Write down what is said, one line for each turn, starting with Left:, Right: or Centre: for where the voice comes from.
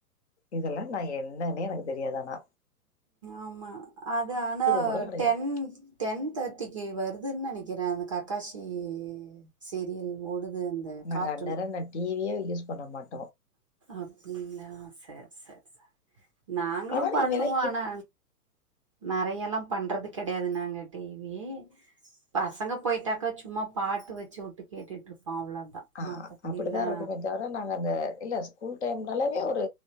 Left: இதுல நா என்னன்னே எனக்கு தெரியாதானா
Right: ஆமா அது ஆனா
Left: கூட கெடையாது
Right: டென் டென் தேர்ட்டிக்கு வருது அதுன்னு நனைக்கிறே அந்த கக்காசி சீரியல் ஓடுது அந்த
Left: நாங்க
Right: கார்ட்டூன்
Left: அண்ணர ந டிவியே யூஸ் பண்ண மாட்
Right: அப்டிங்களா சரி சரி நாங்களு
Left: ஆனாலு
Right: பண்ணுவோ
Left: இவெல்லா
Right: ஆனா
Left: எப்
Right: நறையல்லா பண்றது கிடையாது நாங்க டிவி பசங்க போய்ட்டாக்கா சும்மா பாட்டு வச்சு விட்டு கேட்டுட்ருப்போ அவ்ளோதா
Left: ஆ
Right: மத்தபடில்லா
Left: அப்டிதா இருக்குமே தவிர நாங்க அந்த இல்ல ஸ்கூல் டைம்னாலேமே ஒரு